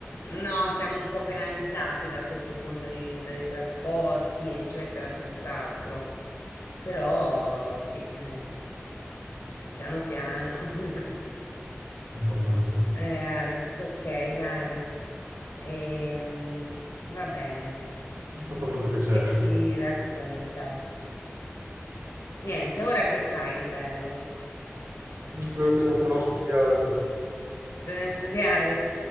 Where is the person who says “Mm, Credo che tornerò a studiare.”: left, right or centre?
Right